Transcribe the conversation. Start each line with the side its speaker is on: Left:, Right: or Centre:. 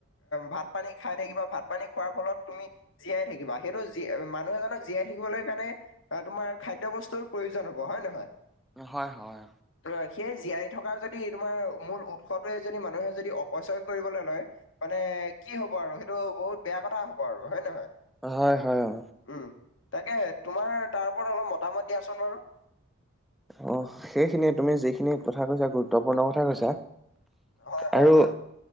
Left: ভাত পানী। খাই থাকিবা ভাত পানী খোৱাৰ ফলত তুমি জীয়াই থাকিবা সেইটো জ মানুহ এজনক জীয়াই থাকিবলৈ কাৰণে। অ তোমাৰ খাদ্য বস্তুৰ প্ৰয়োজন হ'ব হয় নহয়।
Centre: হয় হয়।
Left: ত সেই জীয়াই থকাৰ যদি তোমাৰ মূল উৎসটোৱে যদি মানুহে যদি অপচয় কৰিবলৈ লয়। মানে কি হ'ব আৰু সেইটো বহুত বেয়া কথা হব আৰু হয় নহয়।
Centre: হয় হয় অ।
Left: উম তাকে তোমাৰ তাৰ ওপৰত অলপ মতামত দিয়াচোন বাৰু।
Centre: অ সেইখিনিয়ে তুমি যিখিনি কথা কৈছা গ। গুৰুত্বপূৰ্ণ কথা কৈছা
Left: হয় হয়
Centre: আৰু।
Left: অ'।